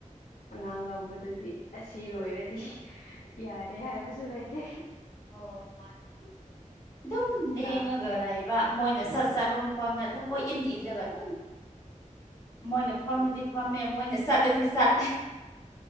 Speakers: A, on the left; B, on the left.
A: ꯑꯉꯥꯡ ꯂꯧꯕꯗꯨꯗꯤ ꯑꯁꯤ ꯂꯣꯏꯔꯗꯤ ꯌꯥꯔꯦ ꯍꯥꯏꯕꯁꯨ ꯂꯩꯇꯦ
B: ꯑꯣ ꯃꯥꯅꯦ ꯑꯗꯨꯝ ꯂꯦꯡꯉꯒ
A: ꯂꯥ
B: ꯂꯩꯕ ꯃꯣꯏꯅ ꯁꯠ ꯆꯥꯕ ꯃꯐꯝꯗ ꯑꯗꯨꯝ ꯀꯣꯏ ꯏꯟ ꯏꯜꯂꯒ ꯗꯨꯝ ꯃꯣꯏꯅ ꯐꯝꯂꯗꯤ
A: ꯎꯝ
B: ꯐꯝꯃꯦ ꯃꯣꯏꯅ ꯆꯠꯂꯗꯤ ꯆꯠ